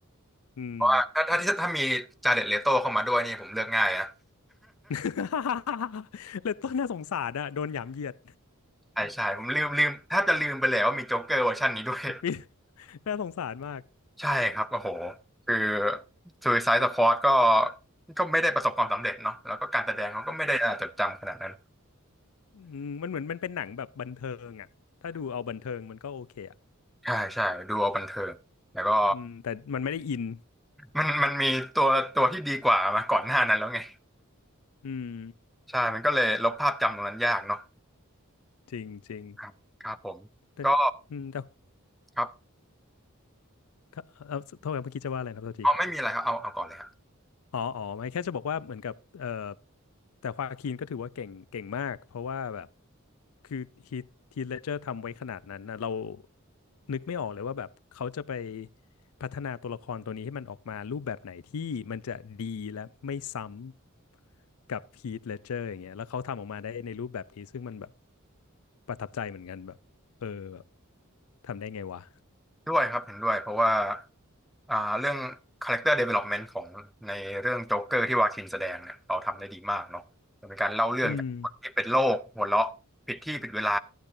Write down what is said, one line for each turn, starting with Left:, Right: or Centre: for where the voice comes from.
Left: อืม
Centre: เพราะว่าถ้าถ้าถ้าถ้ามีจาเด็ดเลโต้เข้ามาด้วยนี่ผมเลือกง่ายนะ <laughs>
Left: <laughs> เลยต้นน่าสงสารอ่ะโดนหยามเหยียด
Centre: ใช่ใช่ผมลืมลืมแทบจะลืมไปแล้วว่ามีโจ๊กเกอร์เวอร์ชันนี้ด้วย
Left: <laughs> มีน่าสงสารมาก
Centre: ใช่ครับโอ้โหคือ Suicide Squad ก็ก็ไม่ได้ประสบความสำเร็จเนาะแล้วก็การแสดงเขาก็ไม่ได้น่าจดจำขนาดนั้น
Left: อืมมันเหมือนมันเป็นหนังแบบบันเทิงอ่ะถ้าดูเอาบันเทิงมันก็โอเคอ่ะ
Centre: ใช่ใช่ดูเอาบันเทิงแล้วก็
Left: อืมแต่มันไม่ได้อิน
Centre: มันมันมีตัวตัวที่ดีกว่ามาก่อนหน้านั้นแล้วไง
Left: อืม
Centre: ใช่มันก็เลยลบภาพจำตรงนั้นยากเนาะ
Left: จริงจริง
Centre: ครับครับผมก็
Left: แต่อืมแต่
Centre: ครับ
Left: ก็เอ่อโทษครับเมื่อกี้จะว่าอะไรนะครับโทษที
Centre: เอาไม่มีอะไรครับเอาเอาก่อนเลยฮะ
Left: อ๋อ อ๋อ ไม่แค่จะบอกว่าเหมือนกับเอ่อแต่ควาคินก็ถือว่าเก่งเก่งมากเพราะว่าแบบคือฮีทฮีทเลดเจอร์ทำไว้ขนาดนั้นนะเรานึกไม่ออกเลยว่าแบบเขาจะไปพัฒนาตัวละครตัวนี้ให้มันออกมารูปแบบไหนที่มันจะดีและไม่ซ้ำกับฮีทเลดเจอร์อย่างเงี้ยแล้วเขาทำออกมาได้ในรูปแบบนี้ซึ่งมันแบบประทับใจเหมือนกันแบบเออแบบทำได้ไงวะ
Centre: ด้วยครับเห็นด้วยเพราะว่าอ่าเรื่อง character development ของในเรื่องโจ๊กเกอร์ที่วาคินแสดงเนี่ยเขาทำได้ดีมากเนาะเป็นการเล่าเรื่องจากคนที่เป็นโรคหัวเราะผิดที่ผิดเวลา
Left: อืม